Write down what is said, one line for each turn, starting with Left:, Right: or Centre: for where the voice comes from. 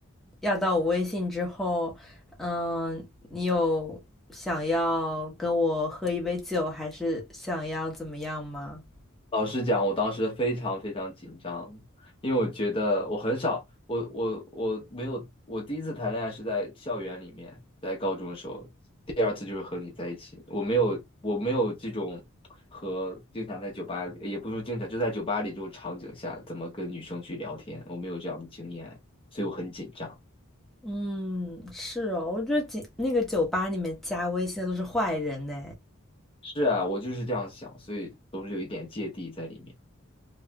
Centre: 要到我微信之后，嗯，你有想要跟我喝一杯酒，还是想要怎么样吗？
Left: 老实讲，我当时非常非常紧张，因为我觉得我很少，我我我没有，我第一次谈恋爱是在校园里面，在高中的时候，第二次就是和你在一起，我没有我没有这种和经常在酒吧里，也不是经常，就在酒吧里这种场景下，怎么跟女生去聊天，我没有这样的经验，所以我很紧张。
Centre: 嗯，是哦，我觉得酒那个酒吧里面加微信的都是坏人呢。
Left: 是啊，我就是这样想，所以总是有一点芥蒂在里面。